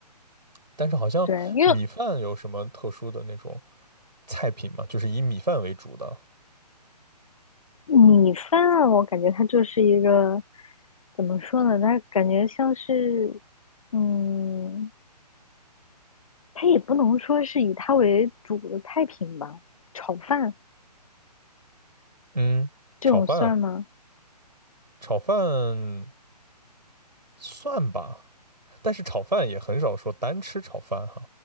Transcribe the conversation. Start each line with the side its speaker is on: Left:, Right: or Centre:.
Right: 但是好像米饭有什么特殊的那种
Left: 对，因为
Right: 菜品吗？就是以米饭为主的。
Left: 米饭啊我感觉它就是一个怎么说呢，它感觉像是嗯。它也不能说是以它为主的菜品吧，炒饭
Right: 嗯，
Left: 这种算吗？
Right: 炒饭，炒饭算吧，但是炒饭也很少说单吃炒饭哈、